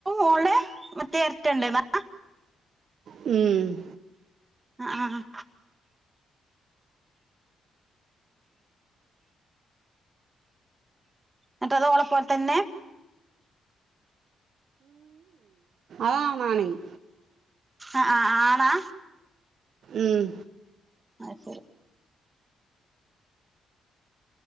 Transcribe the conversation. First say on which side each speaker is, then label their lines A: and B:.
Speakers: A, on the right; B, on the right.
A: ഓളെ മറ്റേ എരട്ടണ്ട്ന്നാ
B: ഉം
A: ആഹ് ആഹ് ന്ന്ട്ടത് ഓളപോലെ തന്നെയാ
B: ആണാണേയ്
A: ആഹ് ആഹ് ആണാ?
B: ഉം
A: അയ്ശെരി